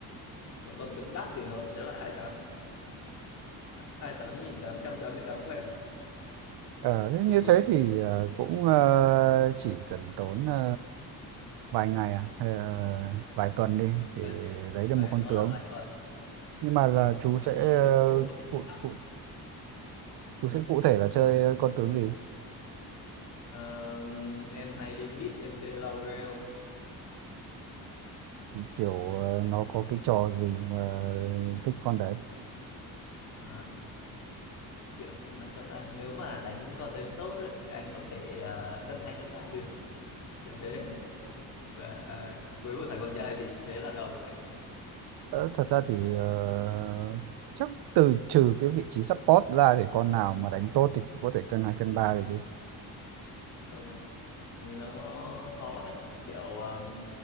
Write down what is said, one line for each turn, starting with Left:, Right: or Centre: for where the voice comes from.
Left: còn con tướng đắt thì nó sẽ là 28 28 mươi tám vàng
Right: Ờ, thế như
Left: thì
Right: thế thì à, cũng à, chỉ cần tốn à, vài ngày à hay là vài tuần đi để
Left: đấy
Right: lấy được
Left: đấy,
Right: một con
Left: nó
Right: tướng.
Left: là vài tuần đấy.
Right: Nhưng mà
Left: Vâng.
Right: là chú sẽ à,
Left: Nếu có một con tướng
Right: cụ,
Left: đắt,
Right: cụ, chú sẽ cụ thể là chơi con tướng gì?
Left: ờ, em hay đi mid em chơi Laurel
Right: kiểu ờ, nó có cái trò gì mà thích con đấy
Left: Ờ, kiểu sao nói sao ta nếu mà đánh con đấy tốt ấy, thì anh có thể à, cân hai cân ba được kiểu thế và với một thằng con trai thì thế là ngầu rồi anh
Right: Ờ, thật ra thì ờ, chắc từ trừ cái vị trí support ra thì con nào mà đánh tốt thì cũng có thể cân hai cân ba được chứ
Left: không anh nó khó lắm anh kiểu um,